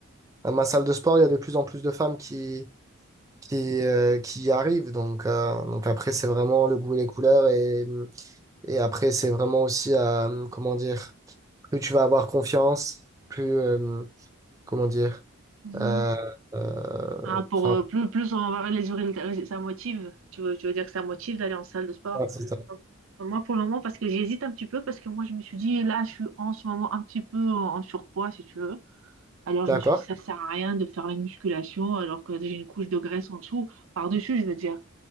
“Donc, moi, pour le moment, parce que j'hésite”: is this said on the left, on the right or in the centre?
Right